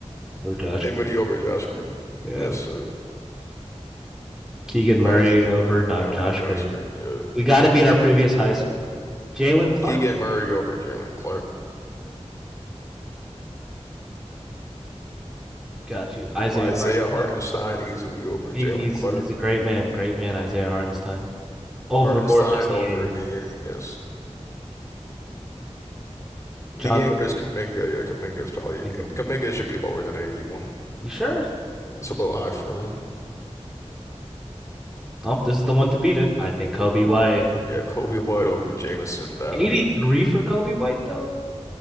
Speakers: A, in the centre; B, on the left (about 25°).
A: over Josh
B: Dinwiddie
A: Green?
B: over Josh Green.
A: Yeah.
B: Yes, sir.
A: Keegan Murray
B: Uh, Keegan
A: over
B: Murray,
A: not
B: yeah, over
A: Josh
B: Josh
A: Green.
B: Green. Yeah.
A: We got to beat our previous high score. Jalen Clark?
B: Keegan Murray over Jalen Clark.
A: Got you. Isaiah
B: Ooh, Isaiah
A: Hartenstein.
B: Hartenstein easily over
A: He-
B: Jalen
A: He's
B: Clark.
A: he's a great man, great man, Isaiah Hartenstein. Over
B: Hartenstein
A: Gore Disney,
B: over Niang, yes.
A: Jonathan
B: Niang versus Kuminga. Yeah, Kuminga is probably
A: Mingowy.
B: Kuminga should be lower than 81.
A: You sure?
B: It's a little high for him.
A: Oh, this is the one to beat it. I think Kobe
B: Ooh,
A: White.
B: yeah, Kobe White over Jameson battle.
A: 83 for Kobe White, though?